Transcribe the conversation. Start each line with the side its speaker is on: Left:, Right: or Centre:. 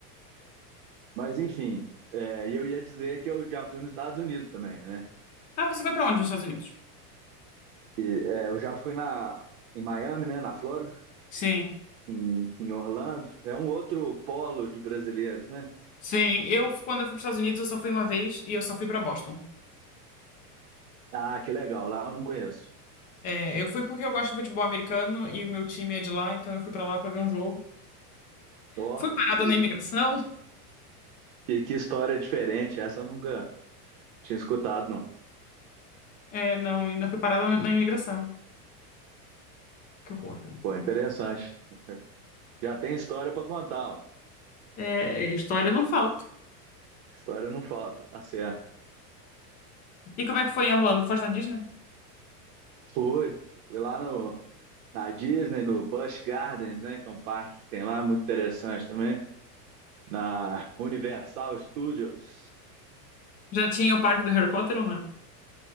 Right: Mas enfim, é, e eu ia dizer que eu já fui nos Estados Unidos também, né?
Left: Ah, você foi pra onde nos Estados Unidos?
Right: E, é, eu já fui na, em Miami, né? Na Flórida,
Left: Sim.
Right: em, em Orlando. É um outro polo de brasileiros, né?
Left: Sim, eu quando eu fui para os Estados Unidos, eu só fui uma vez e eu só fui pra Boston.
Right: Ah, que legal, lá eu não conheço.
Left: É, eu fui porque eu gosto de futebol americano e o meu time é de lá, então eu fui pra lá pra ver um jogo.
Right: Ó,
Left: Fui parada
Right: que,
Left: na imigração.
Right: que, que história diferente, essa eu nunca tinha escutado, não.
Left: É, não, ainda fui parada na imigração. Que horror.
Right: Pô, interessante. Já tem história para contar, ó.
Left: É, história não falta.
Right: História não falta, tá certo.
Left: E como é que foi em Orlando? Foste na Disney?
Right: Fui, fui lá no, na Disney, no Busch Gardens, né, que é um parque que tem lá, muito interessante também, na Universal Studios.
Left: Já tinha o parque do Harry Potter ou não?